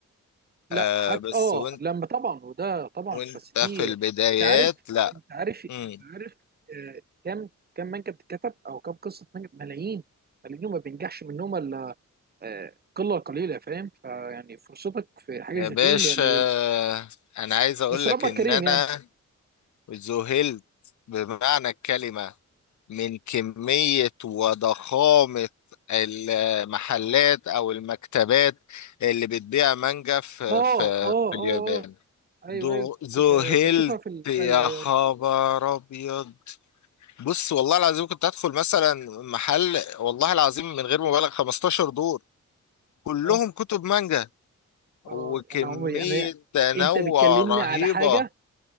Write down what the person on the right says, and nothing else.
لا
حتى
اه
لما طبعا وده طبعا
بس دي
انت عارف
انت عارف
انت عارف آه كام كام مانجا بتتكتب او كام قصه مانجا ملايين ملايين وما بينجحش منهم الا آه قله قليله فاهم فيعني فرصتك في حاجه
زي
دي هي قليله
بس ربك
كريم
يعني
اه
اه اه
اه ايوه
ايوه
كنت بشوفها في ال...
ايوه ايوه
ايوه
اه
اه انا عمري انا
انت بتكلمني
على حاجه